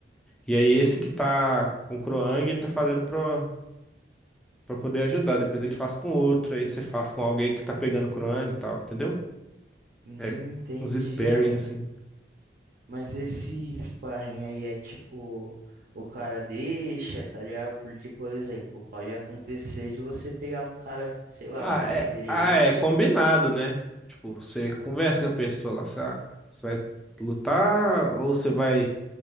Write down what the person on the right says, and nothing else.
Hum,
entendi,
mano.
Mas esse sparring aí é tipo, o cara deixa, tá ligado? Porque, por exemplo, pode acontecer de você pegar um cara, sei lá,
mais
experiente.
Ah,